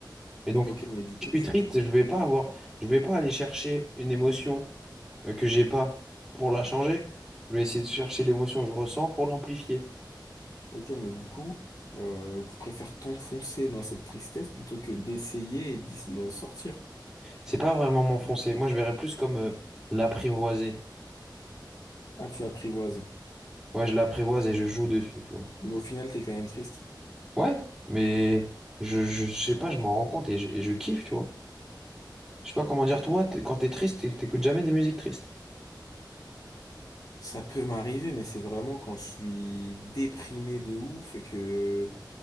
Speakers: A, in the centre; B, on the left (about 55°).
A: Et donc,
B: Ok,
A: si
B: mais du coup,
A: je suis
B: tu,
A: triste,
B: tu,
A: je vais pas avoir, je vais pas aller chercher une émotion euh, que j'ai pas pour la changer. Je vais essayer de chercher l'émotion que je ressens pour l'amplifier.
B: ok, mais du coup, euh, tu préfères t'enfoncer dans cette tristesse plutôt que d'essayer et d'y- d'en sortir.
A: C'est pas vraiment m'enfoncer. Moi, je verrais plus comme euh, l'apprivoiser.
B: Ah, tu apprivoises.
A: Ouais, je l'apprivoise et je joue
B: Oui.
A: dessus, tu vois.
B: Mais au final, t'es quand même triste.
A: Ouais, mais je, je, je sais pas, je m'en rends compte et je, et je kiffe, tu vois. Je sais pas comment dire, toi, t'es- quand t'es triste, t'é- t'écoutes jamais des musiques tristes.
B: Ça peut m'arriver, mais c'est vraiment quand je suis déprimé de ouf et que,